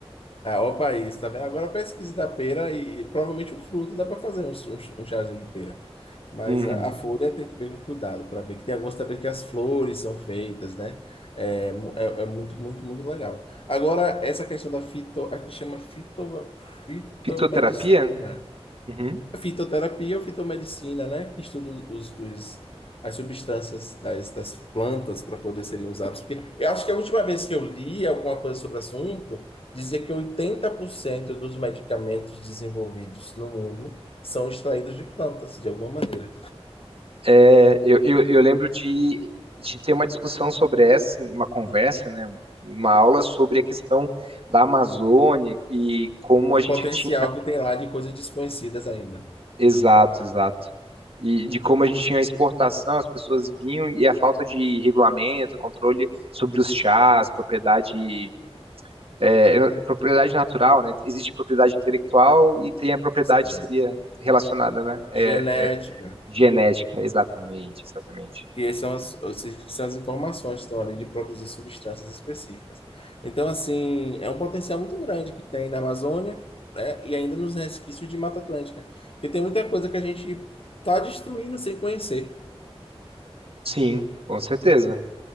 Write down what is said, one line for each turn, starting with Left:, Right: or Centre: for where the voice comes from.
Left: Ah, ó, o país, tá vendo? Agora a pesquisa da pera e, e provavelmente o fruto dá para fazer um, um, um chazinho de pera. Mas
Right: Uhum.
Left: a, a folha tem que ver com cuidado para ver que tem algumas também que as flores são feitas, né? É, mu- é, é muito, muito, muito legal. Agora, essa questão da fito, a gente chama fito, fitomedicina
Right: Fitoterapia? Uhum.
Left: fitoterapia ou fitomedicina, né? Que estuda os, os- as substâncias das, das plantas para poder serem usadas. Porque eu acho que a última vez que eu li alguma coisa sobre o assunto, dizia que 80% dos medicamentos desenvolvidos no mundo são extraídos de plantas, de alguma maneira.
Right: É, eu, eu, eu lembro de, de ter uma discussão sobre essa, assim, uma conversa, né, uma aula sobre a questão da Amazônia e como
Left: Do
Right: a gente
Left: potencial
Right: tinha.
Left: que tem lá de coisas desconhecidas ainda.
Right: Exato, exato. E de como a gente tinha exportação, as pessoas vinham e a falta de regulamento, controle sobre os chás, propriedade. é, eu não- propriedade natural, né? Existe propriedade intelectual e tem a propriedade
Left: Sim.
Right: que seria relacionada, né? É,
Left: Genética.
Right: genética, exatamente, exatamente.
Left: que são as, são as informações que estão ali de produzir substâncias específicas. Então, assim, é um potencial muito grande que tem na Amazônia, né, e ainda nos resquícios de Mata Atlântica, porque tem muita coisa que a gente está destruindo sem conhecer.
Right: Sim, com certeza.